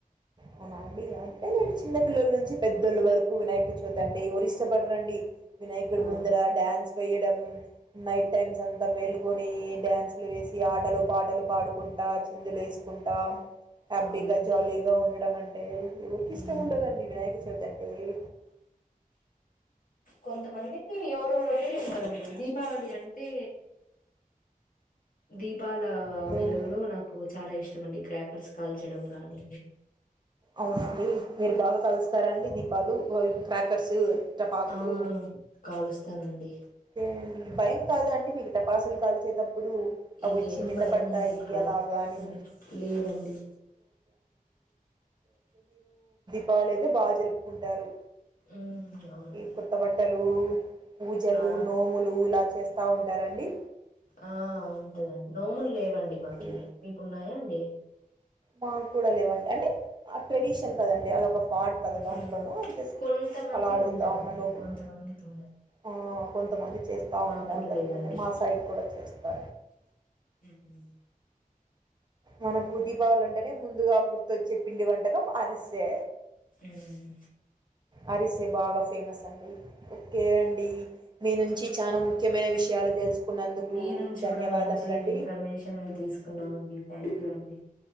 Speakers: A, on the right; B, on the left.
A: అవునా అండి అంటే నేను చిన్న పిల్లల నుంచి పెద్దోళ్ళ వరకు వినాయకచవితి అంటే ఎవరు ఇష్టపడరండి వినయకుడు
B: ఆ
A: ముందరా డాన్స్ వేయట్ నైట్ టైమ్స్ అంతా మేల్కొని డ్యాన్స్లు వేసి ఆటలు పాటలు పాడుకుంటా చిందులు వేస్ కుంట హ్యాపీగా
B: అవునండి
A: జాలీగా ఉండట్ అంటే ఎవరికి
B: ఉమ్.
A: ఇష్టం ఉండదండి వినాయక చవితి అంటే ఈ
B: కొంతమందికి ఎవరో రోజులు ఉండదండి దీపావళి అంటే దీ దపాల
A: అంతే
B: వెలుగులో
A: అండి
B: నాకు చాలా ఇష్టం అండి క్రాకర్స్ కాల్చడం అలా అండి
A: అవునండి మీరు బాగా కలుస్తారండి దీప్ వాలు క్రాకర్సు టపాకులు
B: ఆ కాలుస్తానండి
A: ఏ భయం కాద అండి మీకు టపాసులు కాల్చేటప్పుడు అవి
B: ఏం
A: వచ్చి నిందపడతాయి
B: భయం కాదు
A: అలాగానీ
B: హ్మ్. లేదండి
A: బాాలేద బాగా జరుపుకుంటారు
B: మ్మ్ అవునండి
A: కొత్తబట్టలు పూజ్ లు
B: ఆ
A: నోములు ఇలా చేస్తా బాగుంటారండి
B: ఆ ఉంటదండి నోములు లేవండి మాకి
A: ఓకే
B: మీకున్నాయా అండి ఏక్
A: మాకు కూడా లేవండి అంటే ఆ ట్రెడిషన్ కదండి అది ఒక బాట్ కదా దాంట్లోన
B: ఆ
A: జస్ట్
B: కొంతమందికి
A: అలా అడుగుతా
B: ఉంటదండి
A: ఉన్న నో్పులు
B: కొంతమందికి ఉండదు
A: ఆ కొంతమంది చేస్తూ
B: మాకు
A: ఉంటాంటట్లండి
B: కూడా లేదండి
A: మా సైడ్ కూడా చేస్తా
B: మ్మ్
A: మనకు దీపావలంటేనే ముందుగా గుర్తొచ్చే పిండి వంటకం అరిసే
B: మ్మ్
A: అరిసే బాగా ఫేమస్ అండి ఓకే అండి మీ నుంచి చాలా ముఖ్యమైన విషయాలు తెలుసుకున్నందుకు
B: మీ నుంచి
A: ధన్యవాదములండి
B: కూడా మంచి ఇన్ఫర్మేషన్ మేము తీసుకున్నామండి థ్యాంక్ యూ అండి